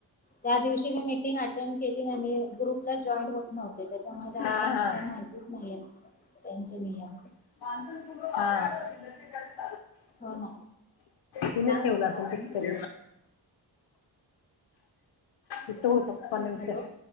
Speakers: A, on the left (about 20°); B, on the left (about 70°).
A: त्या दिवशी मी मिटिंग अटेंड केली नाही ग्रुपला जॉईंन होत नव्हत. त्याच्यामुळे जास्त
B: हा
A: मला
B: हा
A: काही माहितीच नाहीये त्यांचे नियम
B: ह <inaudible>
A: हो ना
B: तिने
A: काय
B: ठेवला
A: म्हणतय
B: असेल
A: अजून
B: दीक्षाने इ त होतपण विचार
A: हॅलो